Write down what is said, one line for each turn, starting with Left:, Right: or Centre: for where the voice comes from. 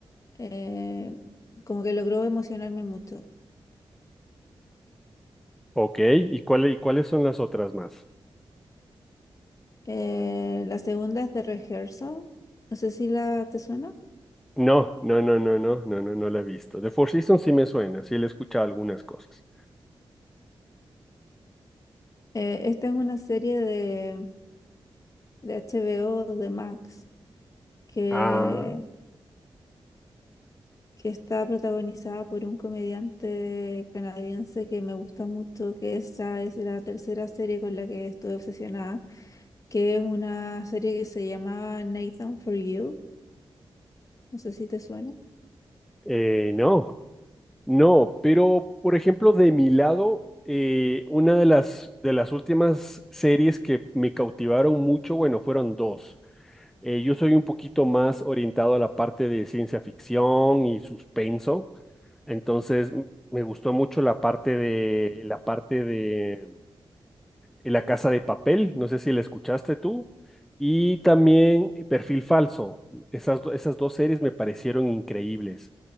Left: eh, como que logró emocionarme mucho.
Centre: Ok, ¿y cuál- y cuáles son las otras más?
Left: Eh, la segunda es The Rehearsal. No sé si la te suena.
Centre: No, no, no, no, no, no, no, no la he visto. The Four Seasons sí me suena, sí le he escuchado algunas cosas.
Left: Eh, esta es una serie de, de HBO de Max que,
Centre: Ah,
Left: que está protagonizada por un comediante canadiense que me gusta mucho, que esa es la tercera serie con la que estuve obsesionada, que es una serie que se llama Nathan for You, no sé si te suena.
Centre: eh, no, no, pero por ejemplo, de mi lado, eh, una de las, de las últimas series que me cautivaron mucho, bueno, fueron dos. Eh, yo soy un poquito más orientado a la parte de ciencia ficción y suspenso, entonces m- me gustó mucho la parte de, la parte de La Casa de Papel, no sé si la escuchaste tú, y también Perfil Falso. Esas, do- esas dos series me parecieron increíbles.